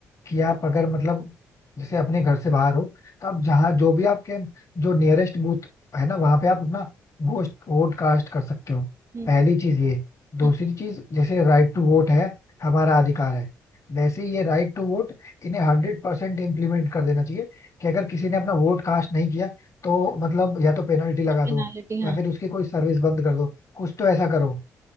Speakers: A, on the left (about 40°); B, on the right (about 35°).
A: कि आप अगर मतलब जैसे अपने घर से बाहर हो तो आप जहाँ जो भी आपके जो नियरेस्ट बूथ है ना वहां पे आप अपना वोट वोट कास्ट कर सकते हो
B: हम्म,
A: पहली चीज ये
B: हम्म,
A: दूसरी चीज जैसे राइट टू वोट है हमारा अधिकार है वैसे ही ये राइट टू वोट इन्हें हंड्रेड परसेंट इम्प्लीमेंट कर देना चाहिए कि अगर किसी ने अपना वोट कास्ट नहीं किया तो मतलब या तो पेनल्टी लगा
B: कुछ पेनालिटी
A: दो
B: हाँ
A: या फिर उसकी कोई सर्विस बंद कर दो कुछ तो ऐसा करो